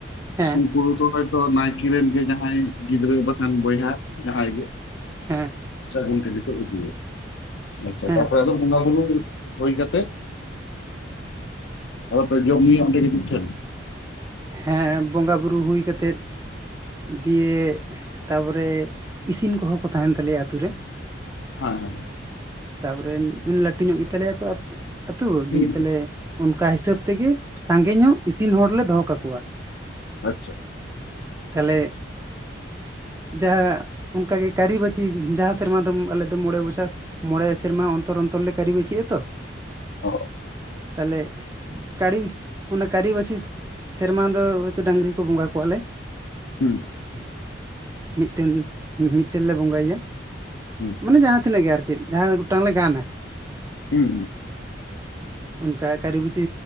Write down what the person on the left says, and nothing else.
ᱩᱱᱠᱩ <unintelligible> ᱫᱚ ᱱᱟᱭᱠᱮ ᱨᱮᱱ ᱜᱮ ᱡᱟᱦᱟᱸᱭ ᱜᱤᱫᱽᱨᱟᱹ ᱵᱟᱠᱷᱟᱱ ᱵᱚᱭᱦᱟ ᱡᱟᱦᱟᱸᱭ ᱜᱮ
ᱥᱟᱹᱜᱩᱱ ᱴᱷᱤᱞᱤ ᱠᱚ ᱤᱫᱤᱭᱟ ᱟᱪᱪᱷᱟ
ᱛᱟᱯᱚᱨᱮ ᱟᱫᱚ ᱵᱚᱸᱜᱟ ᱵᱩᱨᱩ ᱦᱳᱭ ᱠᱟᱛᱮ, ᱟᱫᱚ ᱯᱮ ᱡᱚᱢ ᱧᱩᱭᱟ ᱚᱸᱰᱮ ᱜᱮ ᱢᱤᱫ ᱴᱷᱮᱱ
ᱦᱮᱸ ᱦᱮᱸ
ᱦᱩᱸ
ᱦᱩᱸ
ᱟᱪᱪᱷᱟ
ᱚ
ᱦᱮᱸ
ᱦᱩᱸ
ᱦᱩᱸ